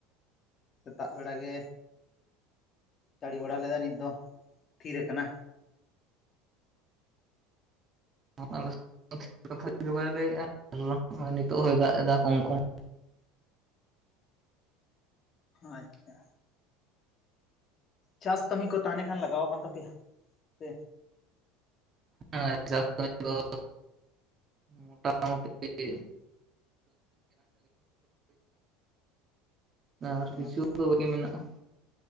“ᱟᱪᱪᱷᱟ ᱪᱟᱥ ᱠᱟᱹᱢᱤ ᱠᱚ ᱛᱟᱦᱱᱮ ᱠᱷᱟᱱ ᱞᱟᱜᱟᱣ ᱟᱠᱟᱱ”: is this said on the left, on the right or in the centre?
Left